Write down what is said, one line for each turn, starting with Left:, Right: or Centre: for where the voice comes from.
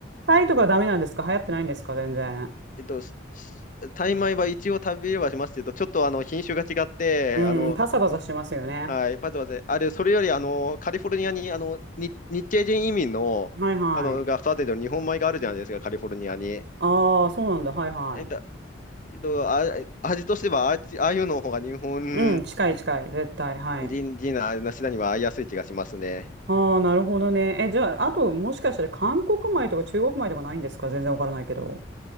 Right: タイとかダメなんですか流行ってないんですか全然。
Left: えっと、ししタイ米は一応食べれはしますけど、ちょっとあの品種が違って、
Right: うん、
Left: あの、
Right: パサパサしてますよね。
Left: はい、まずまず、あれ、それよりあのカリフォルニアにあのに日系人移民の、
Right: はいはい。
Left: あのが育ててる日本米があるじゃないですか、カリフォルニアに。
Right: ああ、そうなんだ。はいは
Left: えっと、えっと、あ、味としてはあっち、ああいうの方が日本
Right: い。うん、近い近い。絶対。はい。
Left: 人、人な、なしなには合いやすい気がしますね。
Right: ああ、なるほどね。え、じゃあ、あと、もしかしたら韓国米とか中国米とかないんですか全然わからないけど。